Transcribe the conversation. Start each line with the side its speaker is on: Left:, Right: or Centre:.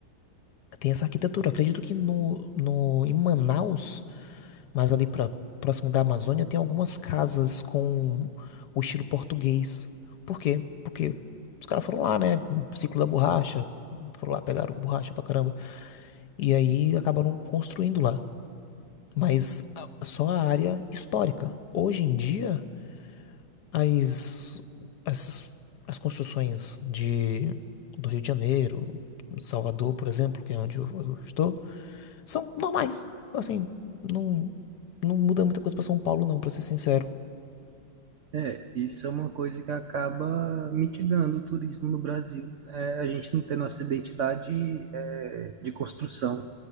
Left: Tem essa arquitetura. Eu acredito que no, no, em Manaus, mas ali pra, próximo da Amazônia, tem algumas casas com o estilo português. Por quê? Porque os caras foram lá, né? Ciclo da borracha. Foram lá, pegaram borracha pra caramba. E aí acabaram construindo lá. Mas a- só a área histórica. Hoje em dia, as, as, as construções de, do Rio de Janeiro, Salvador, por exemplo, que é onde eu eu estou. São normais. Assim, não, não muda muita coisa pra São Paulo, não, pra ser sincero.
Right: É, isso é uma coisa que acaba mitigando o turismo no Brasil. É, a gente não tem nossa identidade, é, de construção,